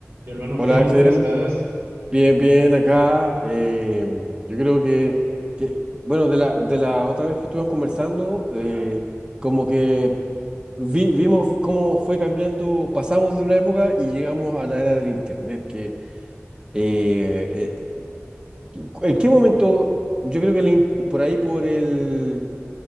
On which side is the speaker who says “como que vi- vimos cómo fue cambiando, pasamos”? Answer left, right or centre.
Right